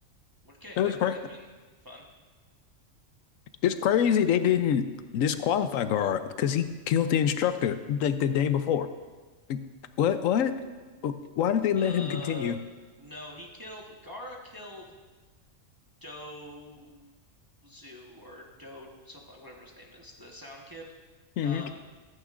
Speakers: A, on the right (about 15°); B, on the left (about 75°).
A: which can
B: It was
A: that
B: cra
A: can't have been fun.
B: It's crazy they didn't disqualify Gar because he killed the instructor like the day before. Like, what? What? Why did they let
A: Uh,
B: him continue?
A: no, he killed Gaara killed. Do or Do something, whatever his name is, the Sound Kid.
B: hmm
A: Um,